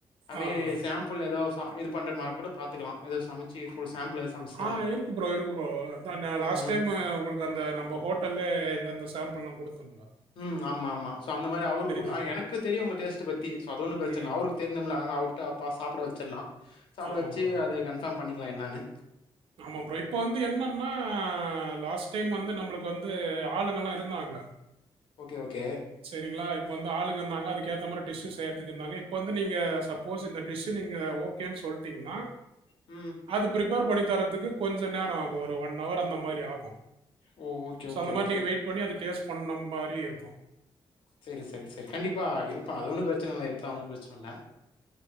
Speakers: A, on the left (about 65°); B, on the right (about 80°).
A: அப்டியே
B: ஆ
A: சேம்ப் பிள் எதோ ச இது பண்ற மார கூட பாத்துக்கலா எதோ சமச்சி கூல் சேம்ப்பிளு சம்ஸ்
B: ஆ இருக்கு ப்ரோ இருக்கு ப்ரோ அதா ந்த லாஸ்ட்
A: ம்.
B: டைமு உங்களு க் அந்த நம்ம ஹோட்டல்லே இந்தந்த சேம்பிள்னு குடுத்தம்ல்லா
A: ம் ஆமா ஆமா சோ அந்த மார அவருக் குடு
B: தான்.
A: ஐ எனக்கு தெரியு உங்க டேஸ்ட்டு பத்தி சோ அது ஒன்னு பிரச்சனில
B: ம்.
A: அவுருக் தெர்னுமில்ல அதனா அவுர்ட்ட பா சாப்பிட வெச்சர்லா சாப்பிட
B: ஆமா
A: வெச்சி
B: ப்ரோ, ஆமா
A: அது
B: ப்ரோ.
A: கன்ஃபாம் பண்ணிக்கலா என்னானு
B: ஆமா ப்ரோ இப்ப வந்து என்னன்னா லாஸ்ட் டைம் வந்து நம்பளுக் வந்து ஆளுங்கல்லா இருந்தாங்க
A: ஓகே ஓகே
B: செரிங்ளா இப்போ வந்து ஆளுங்க இர்ந்தாங்க அதுக்கேத்த மாரி டிஷ்ஷு செய்யறத்துக் இர்ந்தாங்க இப்போ வந்து நீங்க சப்போஸ் இந்த டிஷ்ஷு நீங்க ஓ கேன் சொல்ட்டீங்கன்னா
A: ம்
B: அது ப்ரிப்பேர் பண்ணி தரத்துக்கு கொஞ்ச நேரோ ஆகு ஒரு ஒன்னவர் அந்த மாரி ஆகு
A: ஓ! ஓகே,
B: சோ
A: ஓகே,
B: அந்த மாரி
A: ஓகே.
B: நீங்க வெய்ட் பண்ணி அது டேஸ்ட் பண்ண மாரி இருக்கு
A: சேரி சேரி சேரி கண்டிப்பா இருப்பாங் அதுல ஒன்னு பிரச்சனில்ல இருக்கலா ஒன்னு பிரச்சனில்ல